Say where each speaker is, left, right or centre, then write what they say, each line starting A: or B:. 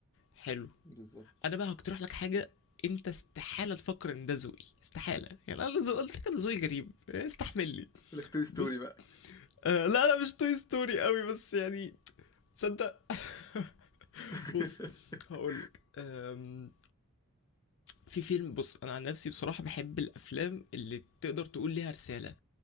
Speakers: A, on the left; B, on the left.
A: حلو
B: بالظبط
A: انا بقى هقترح لك حاجه انت استحاله تفكر ان ده ذوقي استحاله يعني انا ذوق قلت لك انا ذوقي غريب استحملني
B: يقول لك توي ستوري
A: بص
B: بقى
A: آه لا انا مش توي ستوري قوي بس يعني تصدق <laughs> <applause>
B: <laughs>
A: بص هقول لك آم... في فيلم بص انا عن نفسي بصراحه بحب الافلام اللي تقدر تقول ليها رساله